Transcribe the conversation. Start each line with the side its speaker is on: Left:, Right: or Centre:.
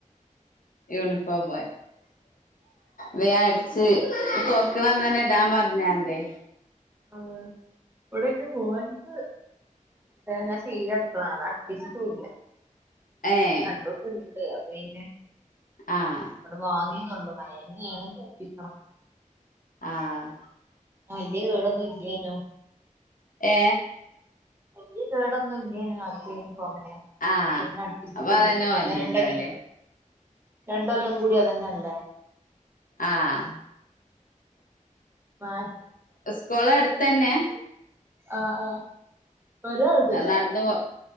Left: യൂണിഫോമ് വേം അടിച്ച് തൊർക്ക്‌ ണന്നന്നെ ഇടാൻ പറഞ്ഞന്റെ-
Right: ആ ഇവിടെ ന്റെ മോന്ക് ഞാൻ ശീലട്തതാണ് അത് അട്പ്പിച്ചുട്ടൂല്ല
Left: ഏഹ്
Right: രണ്ടൂട്ടം ഇണ്ട് പിന്നെ
Left: ആഹ്
Right: വടെ വാങ്ങി ള്ളൂ മയന്നേണെങ്കിൽ ഒപ്പിക്കണം
Left: ആഹ്
Right: വല്യ കേടൊന്നും ഇല്യേനും
Left: ഏ
Right: വല്യ കേടൊന്നും ഇല്ല്യേനും ആദ്യത്തേന് അങ്ങനെ
Left: ആഹ്
Right: അപ്പൊ പിന്നെ അടുപ്പിച്ചിട്ടില്ലേ
Left: അപ്പൊ അതന്നെ
Right: ഇനിപ്പെത്യാലും
Left: മതിയല്ലോല്ലേ
Right: രണ്ടൊല്ലം രണ്ടൊല്ലം കൂടി അത് തന്നെണ്.
Left: ആഹ്
Right: മാ
Left: സ്കൂളടുത്തന്നെ.
Right: ആഹ് ആഹ് ഒരോത്
Left: നടന്നു പോ